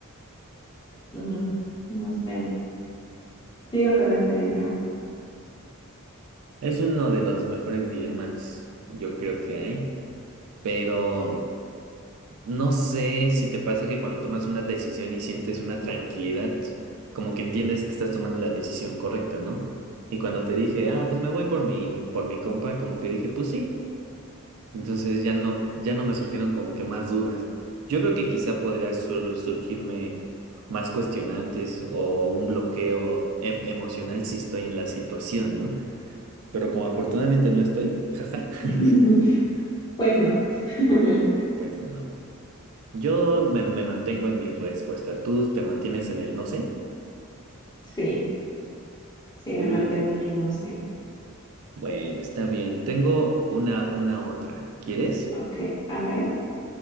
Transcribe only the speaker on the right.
Es uno de los mejores dilemas, yo creo que hay, pero no sé si te pasa que cuando tomas una decisión y sientes una tranquilidad, como que entiendes que estás tomando la decisión correcta, ¿no? Y cuando te dije, ah, pues me voy por mi, por mi compa, como que dije, pues sí. Entonces ya no, ya no me surgieron como que más dudas. Yo creo que quizá podría sur- surgirme más cuestionantes o un bloqueo em- emocional si estoy en la situación, ¿no? Pero como afortunadamente no estoy, jaja, <laughs>
pues no. Yo me, me mantengo en mi respuesta. ¿Tú te mantienes en el no sé?
Uh,
bueno, está bien. Tengo una, una otra. ¿Quieres?